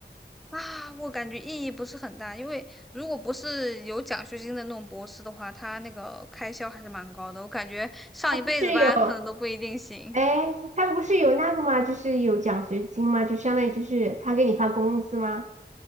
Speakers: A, in the centre; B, on the right (about 40°).
A: 啊，我感觉意义不是很大，因为如果不是有奖学金的那种博士的话，他那个开销还是蛮高的。我感觉上一辈子班可能都不一定行
B: 他不是有哎，他不是有那个吗？就是有奖学金吗？就相当于就是他给你发工资吗？